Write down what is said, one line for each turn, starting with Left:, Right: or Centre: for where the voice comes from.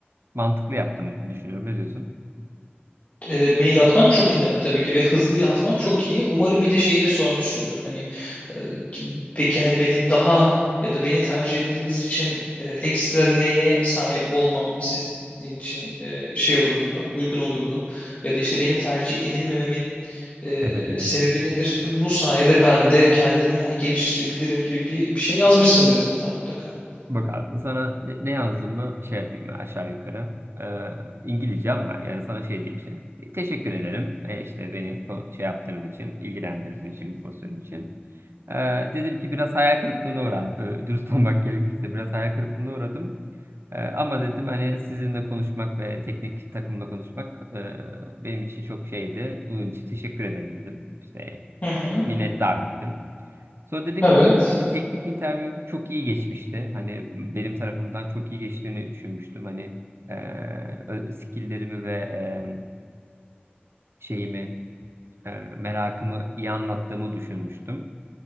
Right: Mantıklı yaptığını düşünüyorum. Ne diyorsun?
Left: E, mail atman çok ideal tabii ki ve hızlı atman çok iyi. Umarım bir de şeyi de sormuşsundur. Hani e, ki- peki hani beni daha ya da beni tercih etmeniz için e, ekstra neye sahip olmam sizin için e, şey olurdu, uygun olurdu. Ya da işte benim tercih edilmememin e,
Right: Sebebi nedir?
Left: sebebi nedir? Bu sayede ben de kendimi hani geliştirebilirim gibi bir, bir şey yazmışsındır zaten mutlaka.
Right: Bak abi sana ne, ne yazdığımı şey yapayım aşağı yukarı. Ee, İngilizce ama yani sana şey diyeyim işte. Teşekkür ederim. E, işte beni ko- şey yaptığınız için, ilgilendirdiğiniz için, bu pozisyon için. Ee, dedim ki biraz hayal kırıklığına uğradım. Ee, dürüst <laughs> olmak gerekirse biraz hayal kırıklığına uğradım. Ee, ama dedim hani sizinle konuşmak ve teknik takımla konuşmak e, benim için çok şeydi. Bunun için teşekkür ederim dedim. İşte
Left: Evet.
Right: minnettarım dedim. Sonra dedim
Left: Evet.
Right: ki tek- teknik interview çok iyi geçmişti. Hani benim tarafımdan çok iyi geçtiğini düşünmüştüm. Hani eee ö- skilllerimi ve eee, şeyimi, eee, merakımı iyi anlattığımı düşünmüştüm.